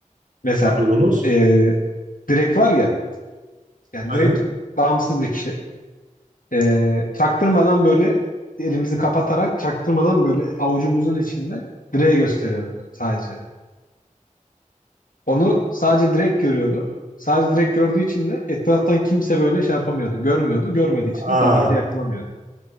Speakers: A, on the left; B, on the right.
A: Mesela
B: Ne yapıyordunuz?
A: e, direk var ya Yani
B: Aynen.
A: direkt bağımsız bir kişi. Ee, çaktırmadan böyle elimizi kapatarak çaktırmadan böyle avucumuzun içinde direğe gösteriyorduk sadece. Onu sadece direkt görüyordu. Sadece direkt gördüğü için de etraftan kimse böyle şey yapamıyordu. Görmüyordu. Görmediği için
B: Aa,
A: de tam hile yapılamıyordu.